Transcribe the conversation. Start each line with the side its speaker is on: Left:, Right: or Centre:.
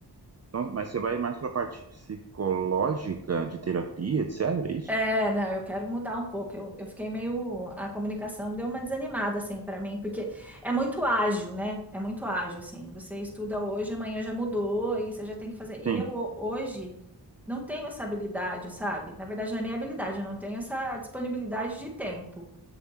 Right: Nossa, mas você vai mais pra parte psicológica, de terapia, etc, é isso?
Centre: É, não, eu quero mudar um pouco. Eu, eu fiquei meio. A comunicação deu uma desanimada, assim, para mim, porque é muito ágil, né? É muito ágil, assim. Você estuda hoje, amanhã já mudou, e você já tem que fazer. E
Right: Sim,
Centre: eu ho- hoje não tenho essa habilidade, sabe? Na verdade, não é nem habilidade, eu não tenho essa disponibilidade de tempo,